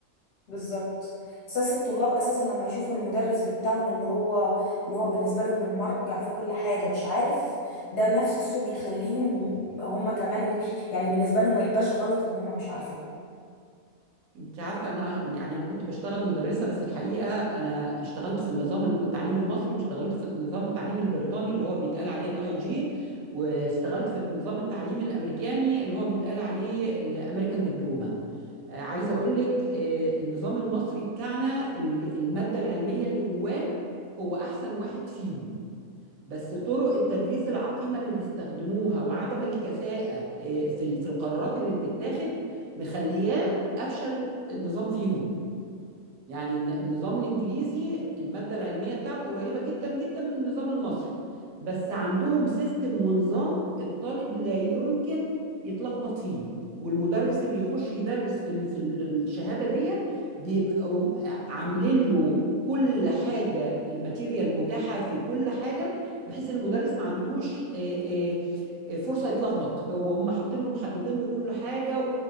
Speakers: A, on the left (about 60°); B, on the right (about 80°).
A: بالظبط احساس الطلاب اساسا لما يشوفوا المدرس بتاعهم اللي هو اللي هو بالنسبه لهم المرجع في كل حاجه مش عارف ده نفسه بيخليهم هم كمان يعني بالنسبه لهم ما يبقاش غلط ان هم مش عارفين
B: انت عارفه انا يعني انا كنت بشتغل مدرسه بس الحقيقه انا اشتغلت في النظام الم- التعليم المصري واشتغلت في النظام التعليم البريطاني اللي هو بيتقال عليه الاي جي واشتغلت في النظام التعليم الامريكاني اللي هو بيتقال عليه الامريكان دبلومه آه، عايزه اقول لك آه، النظام المصري بتاعنا ال- الماده العلميه اللي جواه هو احسن واحد فيهم بس طرق التدريس العقيمة اللي بيستخدموها وعدم الكفاءة آه، في ال- في القرارات اللي بتتاخد مخلياه أفشل النظام فيهم يعني الن- النظام الانجليزي الماده العلميه بتاعته قريبه جدا جدا من النظام المصري بس عندهم سيستم ونظام الطالب لا يمكن يتلخبط فيه والمدرس اللي يخش يدرس في ال- في ال- الشهاده ديت بيبقوا م- عاملين له كل حاجه الماتيريال متاحه في كل حاجه بحيث المدرس ما عندوش آه، آه، فرصه يتلخبط هو هم حاطين له محددين له كل حاجه